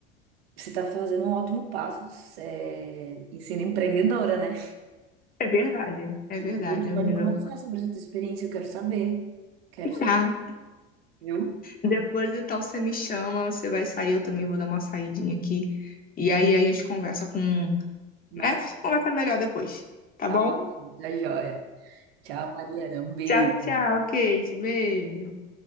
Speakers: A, on the right; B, on the left.
A: você tá fazendo um ótimo passo, é, em sendo empreendedora, né?
B: é verdade. É
A: Depois
B: verdade,
A: a gente
B: amigo.
A: pode conversar sobre essa tua experiência, eu quero saber. Quero saber,
B: Tá.
A: viu?
B: Depois então você me chama, você vai sair, eu também vou dar uma saidinha aqui. E aí a gente conversa com.
A: Mas
B: É, conversa melhor depois, tá
A: tá,
B: bom?
A: tá joia. Tchau, Mariana. Um beijo.
B: Tchau, tchau, Kate. Beijo.